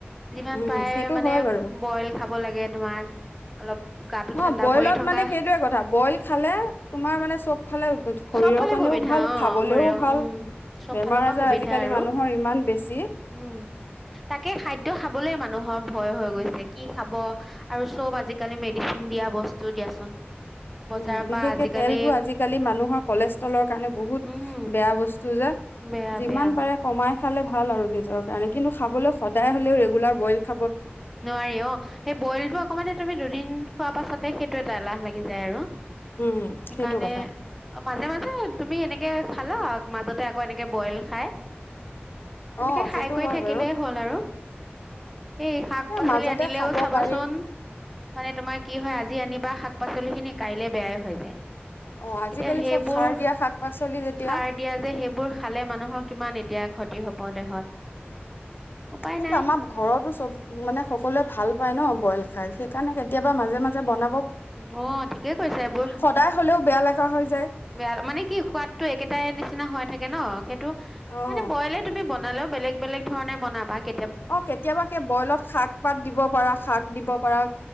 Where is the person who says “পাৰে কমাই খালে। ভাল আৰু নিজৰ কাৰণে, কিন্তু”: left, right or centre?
Left